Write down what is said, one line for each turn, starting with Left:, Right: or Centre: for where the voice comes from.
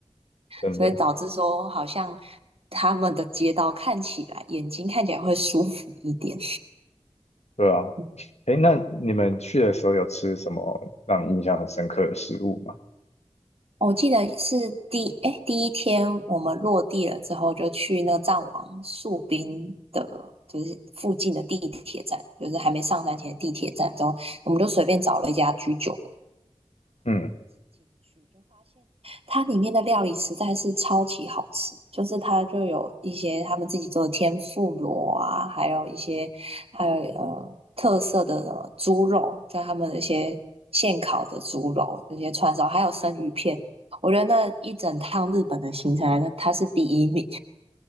Left: 真的，
Right: 所以导致说好像他们的街道看起来眼睛看起来会舒服一点。
Left: 对啊。
Right: 嗯
Left: 诶，那你们去的时候有吃什么让你印象很深刻的食物吗？
Right: 我记得是第哎第一天我们落地了之后，就去那个藏王树冰的，就是附近的地铁站，就是还没上山前的地铁站之后，我们就随便找了一家居酒
Left: 嗯，
Right: 它里面的料理实在是超级好吃，就是它就有一些他们自己做的天妇罗啊，还有一些还有呃特色的呃猪肉，在他们的一些现烤的猪肉、这些串烧，还有生鱼片。我觉得那一整趟日本的行程来说，它是第一名，